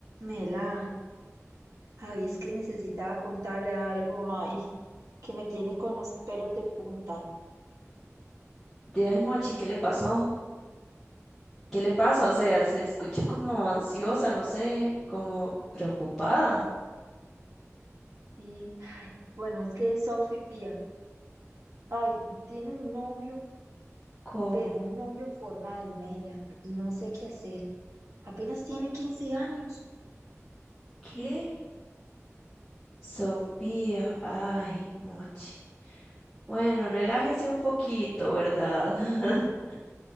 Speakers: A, on the right (about 80°); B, in the centre.
A: Mela, ay, es que necesitaba contarle algo, ay, que me tiene con los pelos de punta.
B: De ay, Mochi, ¿qué le pasó? ¿Qué le pasa? O sea, se escucha como ansiosa, no sé, como preocupada.
A: Sí, ay, bueno, es que Sofía, ay, tiene un novio,
B: ¿Cómo?
A: pero un novio formal, Mela, y no sé qué hacer. Apenas tiene 15 años.
B: ¿Qué? Sofía, ay, Mochi. Bueno, relájese un poquito, ¿verdad? <laughs>